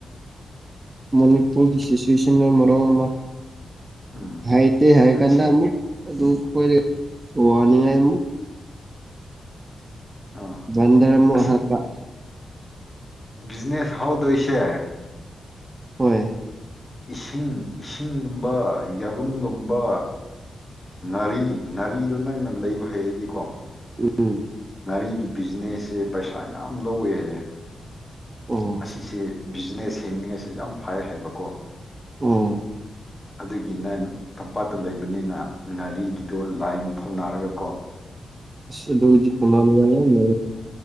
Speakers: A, on the right; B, on the left.
A: ꯃꯅꯤꯄꯨꯔꯒꯤ ꯁꯤꯆꯨꯋꯦꯁꯟꯅ ꯃꯔꯝ ꯑꯃ
B: ꯎꯝ
A: ꯍꯥꯏꯇꯦ ꯍꯥꯏ
B: ꯑꯁꯤ
A: ꯀꯥꯟꯗ ꯑꯃꯨꯛ ꯑꯗꯨ ꯑꯩꯈꯣꯏꯗ ꯋꯥꯅꯤꯡꯉꯥꯏ ꯑꯃꯨꯛ
B: ꯑꯥ
A: ꯟꯔ ꯃ
B: ꯑꯁꯤ
A: ꯍꯥꯠꯇ
B: ꯕꯤꯖꯤꯅꯦꯁ ꯍꯥꯎꯗꯣꯏꯁꯦ
A: ꯍꯣꯏ
B: ꯏꯁꯤꯡ ꯏꯁꯤꯡꯒꯨꯝꯕ ꯌꯥꯔꯨꯝꯒꯨꯝꯕ ꯉꯥꯔꯤ ꯉꯥꯔꯤꯗꯣ ꯅꯪꯅ ꯂꯩꯕ ꯍꯩꯔꯗꯤꯀꯣ
A: ꯎꯝ
B: ꯥꯔꯤꯒꯤ ꯕꯤꯖꯤꯅꯦꯁꯁꯦ ꯄꯩꯁꯥ ꯌꯥꯝ ꯂꯧꯋꯦ ꯍꯥꯏꯌꯦꯦ
A: ꯑꯣ
B: ꯑꯁꯤꯁꯦ ꯕꯤꯖꯤꯅꯦꯁ ꯍꯤꯡꯅꯤꯡꯉꯥꯏꯁꯤ ꯌꯥꯝ ꯐꯩ ꯍꯥꯏꯕꯀꯣ
A: ꯎꯝ
B: ꯑꯗꯨꯒꯤ ꯅꯪ ꯇꯝꯄꯥꯛꯇ ꯂꯩꯕꯅꯤꯅ ꯉꯥꯔꯤꯒꯤꯗꯣ ꯂꯥꯏꯟ ꯐꯥꯎꯅꯔꯒ ꯀꯣ
A: ꯁꯗꯖꯤ ꯐꯣꯂ ꯂꯩꯉ ꯃ